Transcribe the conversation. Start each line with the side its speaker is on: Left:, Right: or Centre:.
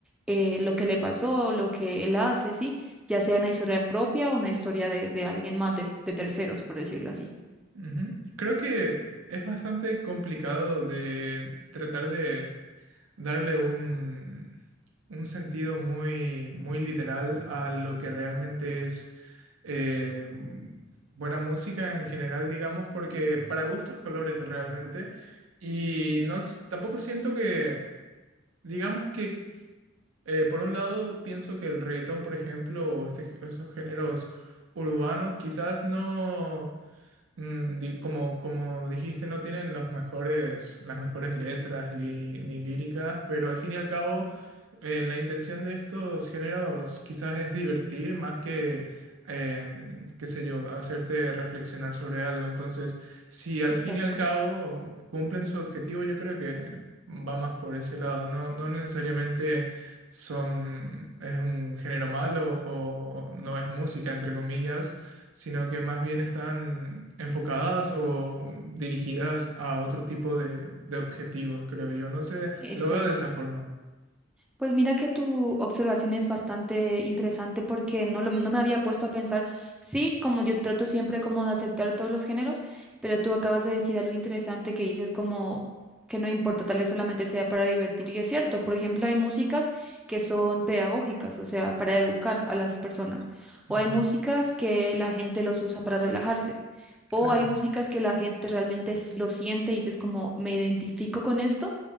Centre: eh, lo que le pasó, lo que él hace, ¿sí? Ya sea una historia propia o una historia de, de alguien más, de de terceros, por decirlo así.
Right: Ujú. Creo que es bastante complicado de tratar de darle un, un sentido muy, muy literal a lo que realmente es eh, buena música en general, digamos, porque para gustos colores realmente. Y no, s- tampoco siento que, digamos que, eh, por un lado, pienso que el reggaetón, por ejemplo, o este, esos géneros urbanos, quizás no mm, di- como, como dijiste, no tienen los mejores, las mejores letras li- ni líricas, pero al fin y al cabo, eh, la intención de estos géneros quizás es divertir más que, em, qué sé yo, hacerte reflexionar sobre algo. Entonces, si al
Centre: Exacto,
Right: fin y al cabo cumplen su objetivo, yo creo que va más por ese lado. No, no necesariamente son, es un género malo o no es música, entre comillas sino que más bien están enfocadas o dirigidas a otro tipo de, de objetivos, creo yo. No sé,
Centre: exacto.
Right: lo veo de esa forma.
Centre: Pues mira que tu observación es bastante interesante porque no, lo- no me había puesto a pensar, sí, como yo trato siempre como de aceptar todos los géneros, pero tú acabas de decir algo interesante que dices como que no importa, tal vez solamente sea para divertir y es cierto. Por ejemplo, hay músicas que son pedagógicas, o sea, para educar a las personas, o
Right: Ujú,
Centre: hay músicas que la gente los usa para relajarse.
Right: claro.
Centre: O hay músicas que la gente realmente s- lo siente y dices como me identifico con esto